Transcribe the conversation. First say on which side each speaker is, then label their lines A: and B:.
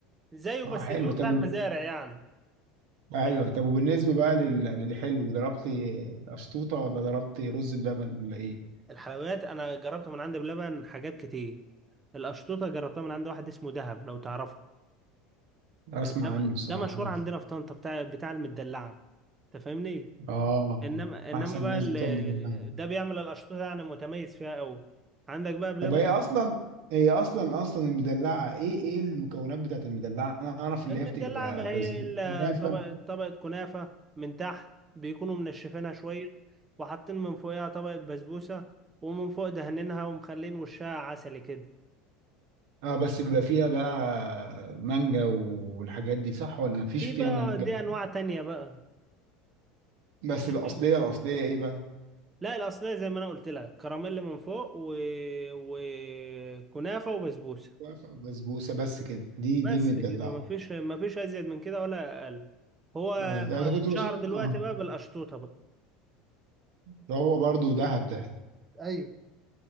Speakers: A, on the right; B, on the right.
A: زيه بس
B: اه حلو
A: اللي هو
B: طب
A: بتاع المزارع
B: وب...
A: يعني
B: ايوه طب وبالنسبه بقى لل... للحلو ضربت اشطوطه ولا ضربت رز بلبن ولا ايه
A: الحلويات انا جربتها من عند بلبن حاجات كتير القشطوطه جربتها من عند واحد اسمه دهب لو تعرفه
B: اسمع
A: ده
B: عنه الصراحه
A: ده مشهور
B: بس
A: عندنا في طنطا بتاع بتاع المدلعه انت فاهمني
B: اه
A: انما انما
B: احسن
A: بقى
B: ناس
A: ال-
B: بتوع المدلعه
A: ده بيعمل الاشطوطه يعني متميز فيها قوي عندك بقى بلبن
B: طب هي اصلا هي اصلا اصلا المدلعه ايه ايه المكونات بتاعت المدلعه انا اعرف اللي
A: المدلعه
B: هي بتبقى
A: ما
B: بس
A: هي الا
B: كنافه
A: طبقه طبقه كنافه من تحت بيكونوا منشفينها شويه وحاطين من فوقها طبقه بسبوسه ومن فوق دهنينها ومخلين وشها عسلي كده
B: اه بس بيبقى فيها بقى مانجا والحاجات دي صح ولا مفيش
A: في
B: فيها
A: بقى
B: مانجا
A: دي انواع تانية بقى
B: بس
A: انت فاهمني
B: الاصليه الاصليه ايه بقى
A: لا الاصليه زي ما انا قلت لك كراميل من فوق و... وكنافه وبسبوسه
B: واقفه وبسبوسه بس كده دي
A: بس
B: دي المدلعه
A: كده مفيش مفيش ازيد من كده ولا اقل هو
B: اه انا
A: ما-
B: كنت
A: اتشهر
B: بشوف
A: دلوقتي
B: اه
A: بقى بالقشطوطه بقى
B: ده هو برضو دهب ده
A: ايوه